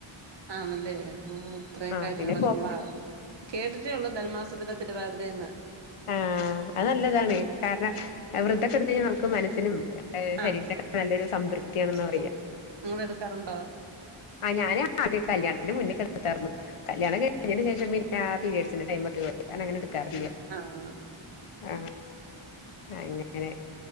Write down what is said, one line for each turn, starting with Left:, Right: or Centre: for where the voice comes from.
Right: ആന്നല്ലേ ഉം ഇത്രയും
Left: ആഹ്
Right: കാര്യങ്ങളൊക്കെ
Left: പിന്നെ കോപ്പ
Right: അമ്മള കേട്ടിട്ടേള്ളൂ ധനു മാസത്തിന്റെ തിരുവാതി രന്ന്.
Left: ആ അത് നല്ലതാണ് കാരണം വൃത ക്കെട്ത്തിനി നമുക്ക് മന സ്സിനും ഏ
Right: ആഹ്
Left: ശരീരത്തെ <unintelligible> നല്ലൊരു സംതൃപ്തിയാണെന്ന പറയാ
Right: ആഹ് നിങ്ങള് എടുക്കാറുണ്ടോ
Left: ആ ഞാന് ആദ്യ കല്യാണത്തിന് മുന്നെക്കെട്ത്തായിര്ന്നു. കല്യാണം കഴിഞ്ഞെൻ്റെ ശേഷം പിന്നെ ആ പീരീഡ്‌സിന്റെ ടൈ മൊക്കെ വാ അഅ് കാരണം അങ്ങനെ ട്ക്കാറില്ല.
Right: ആ
Left: ആ അങ്ങനെ